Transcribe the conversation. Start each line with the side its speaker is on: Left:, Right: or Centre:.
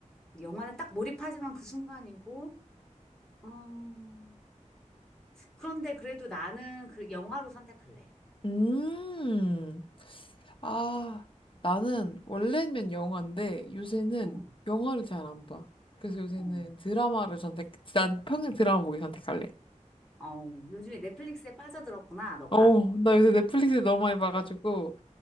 Centre: 영화는 딱 몰입하지만 그 순간이고. 음. 그런데 그래도 나는 그 영화로 선택할래.
Left: 음, 아, 나는 원래는 영화인데 요새는
Centre: 어,
Left: 영화를 잘 안 봐. 그래서 요새는
Centre: 어.
Left: 드라마를 선택, 난 평생 드라마 보기 선택할래.
Centre: 어, 요즘에 넷플릭스에 빠져들었구나, 너가.
Left: 어, 나 요새 넷플릭스 너무 많이 봐가지고,